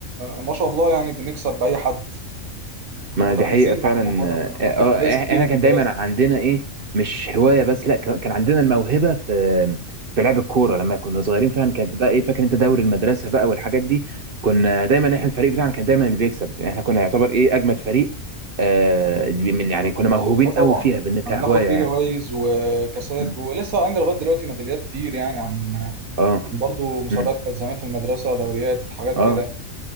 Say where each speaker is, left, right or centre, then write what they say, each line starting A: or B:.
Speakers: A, on the right; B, on the right.
A: ما شاء الله يعني بنكسب بأي حد كنا
B: ما
A: متميزين
B: دي حقيقة فعلا
A: عن الموضوع ده وكنا بناخد
B: اه
A: جوائز
B: آه،
A: كتير
B: احنا
A: في
B: كان
A: المدرسة
B: دايما عندنا ايه مش هواية بس لا كان كان عندنا الموهبة في في لعب الكورة لما كنا صغيرين فعلا كانت بقى ايه فاكر انت دوري المدرسة بقى والحاجات دي كنا دايما احنا الفريق بتاعنا كان دايما اللي بيكسب احنا كنا يعتبر ايه اجمد فريق آه دي من يعني كنا موهوبين
A: اه طبعا
B: قوي فيها بن- كهواية
A: كنا بناخد فيه
B: يعني
A: جوائز وكاسات
B: مم.
A: ولسه عندي لغاية دلوقتي ميداليات كتير يعني عن
B: اه
A: برضو مسابقات
B: مم.
A: كانت زمان في المدرسة دوريات حاجات
B: اه
A: كده